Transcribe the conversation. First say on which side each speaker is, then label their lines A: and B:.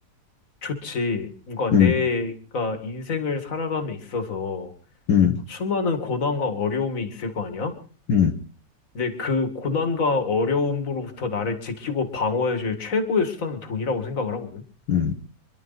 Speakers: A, on the left; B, on the left.
A: 좋지. 뭔가
B: 음,
A: 내가 인생을 살아감에 있어서
B: 음,
A: 수많은 고난과 어려움이 있을 거 아니야?
B: 음,
A: 근데 그 고난과 어려움으로부터 나를 지키고 방어해줄 최고의 수단은 돈이라고 생각을 하거든.
B: 음.